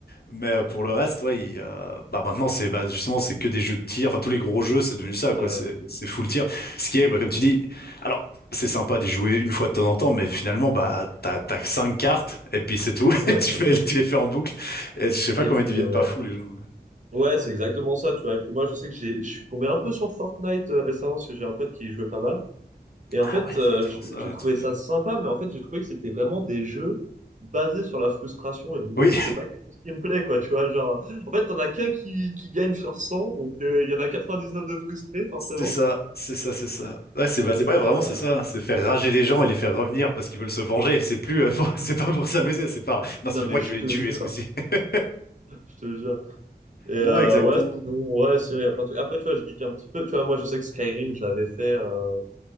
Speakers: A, on the left; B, on the right.
A: Mais euh, pour le reste, ouais, il, euh, bah maintenant c'est bah justement c'est que des jeux de tir. Enfin tous les gros jeux c'est devenu ça
B: Ouais,
A: quoi. C'est c'est full tir. Ce qui est bah comme tu dis, alors c'est sympa d'y jouer une fois de temps en temps, mais finalement bah t'as t'as que cinq cartes et puis c'est tout. <laughs>
B: ouais.
A: Et tu fais tu les fais en boucle. Et je sais pas
B: Et
A: comment
B: puis,
A: ils deviennent
B: ouais.
A: pas fous les gens.
B: Ouais, c'est exactement ça, tu vois. Et puis moi, je sais que j'ai, je suis tombé un peu sur Fortnite euh, récemment parce que j'ai un pote qui y jouait pas mal. Et en
A: Ah
B: fait,
A: ouais,
B: euh,
A: il y a toujours
B: j-
A: ça.
B: j'ai trouvé
A: Tout à
B: ça
A: fait.
B: sympa, mais en fait, j'ai trouvé que c'était vraiment des jeux basés sur la frustration. Et donc, du
A: Oui,
B: coup, c'est pas quelque chose qui me plaît, quoi, tu vois. Genre, en fait, t'en as qu'un qui, qui gagne sur 100, donc euh, il y en a 99 de frustrés,
A: <laughs>
B: forcément.
A: c'est ça, c'est ça, c'est ça. Ouais, c'est
B: Donc,
A: basé.
B: c'est...
A: Ouais, vraiment
B: euh,
A: c'est ça. hein. C'est faire rager les gens et les faire revenir parce qu'ils veulent se venger. C'est plus euh, pour- <laughs> c'est pas pour s'amuser. C'est pas. Non,
B: Non,
A: c'est
B: mais
A: moi
B: je
A: qui vais
B: te
A: les tuer
B: jure,
A: ce coup-ci. <laughs>
B: je te jure. Et euh,
A: Non, exactement.
B: ouais, sinon, ouais, sinon, il y a plein de trucs. Après, tu vois, je geek un petit peu. Tu vois, moi, je sais que Skyrim, je l'avais fait. euh,